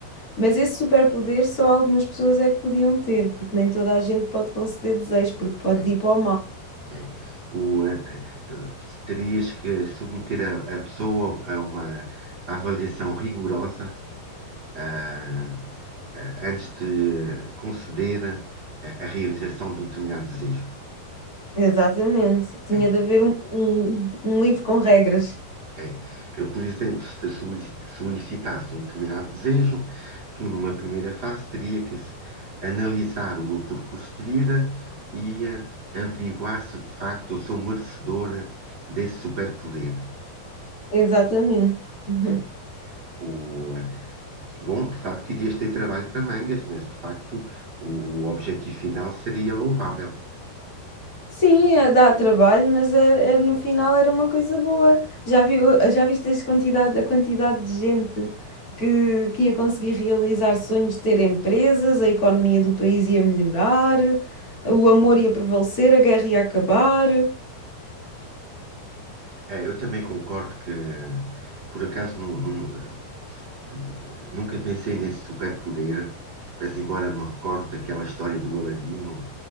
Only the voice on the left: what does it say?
mas esse superpoder só algumas pessoas é que podiam ter, porque nem toda a gente pode conceder desejos, porque pode
ir para o mal.
Exatamente. Tinha
de haver um, um, um livro com regras.
Exatamente. <laughs>
Sim, é- dá trabalho, mas é, é- no final era uma coisa boa. Já viu, já viste as quantidade, a quantidade de gente que, que ia conseguir realizar sonhos de ter empresas, a economia do país ia melhorar, o amor ia prevalecer, a guerra ia acabar.